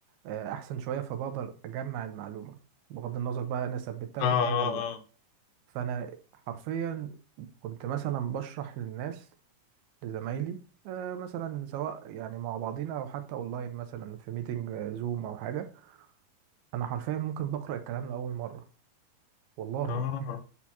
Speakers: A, on the right; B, on the left.
A: آه، احسن شويه فبقدر اجمع المعلومه بغض النظر بقى انا ثبتها
B: اه
A: في دماغي ولا
B: اه
A: لا فانا حرفيا كنت مثلا بشرح للناس لزمايلي آه، مثلا سواء يعني مع بعضينا او حتى اونلاين مثلا في ميتنج زوم او حاجه انا حرفيا ممكن بقرا الكلام لاول مره والله
B: اه اه